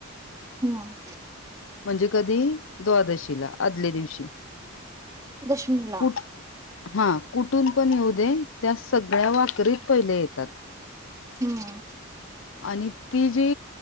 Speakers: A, on the right; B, on the left.
A: हम
B: म्हणजे कधी द्वादशीला आदल्या दिवशी.
A: दशमीिला.
B: कुठ हा कुठून पण येऊ दे त्या सगळ्या वाकरीत पहिल्या येतात.
A: हम्
B: आणि ती जी.